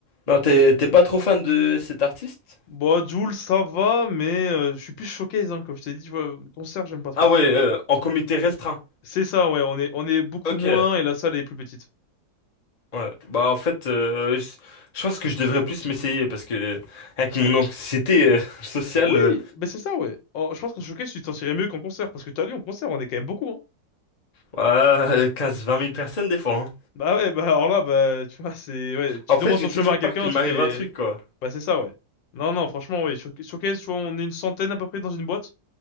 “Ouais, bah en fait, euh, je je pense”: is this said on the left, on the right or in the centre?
Left